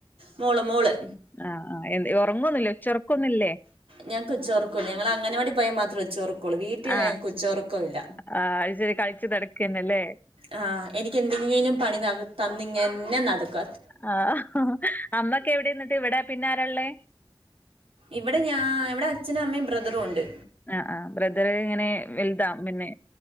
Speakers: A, on the right; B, on the left.
A: മോള് മോള്
B: ആഹാ ആഹാ എന് ഒറങ്ങൊന്നൂല്ല്യേ ഉച്ച ഒറക്കൊന്നൂല്ല്യേ
A: ഞങ്ങക്ക് ഉച്ചോർക്കുല്ല്യ ഞങ്ങ അങ്ങനവാടി പോയാ മാത്രമേ ഉച്ചോർക്കു കുളിതീറ്റ
B: ആഹ്
A: ഞങ്ങക്ക് ഉച്ചോർക്കം ഇല്ല
B: ആഹ് അത് ശരി കളിച്ച് നടക്കന്നല്ലേ
A: ആ എനിക്ക് എന്തെങ്കിലും പണി തന് തന്നിങ്ങനെ നടക്ക
B: ആ അമ്മക്കെ എവിടെന്നിട്ട് ഇവിടെ പിന്നെ ആരാള്ളേ
A: ഇവിടെ ഞാൻ ഇവിടെ അച്ഛനും അമ്മയും ബ്രദറും ഒണ്ട്
B: ആഹ് ആഹ് ബ്രദർ എങ്ങനെ വലുതാ പിന്നെ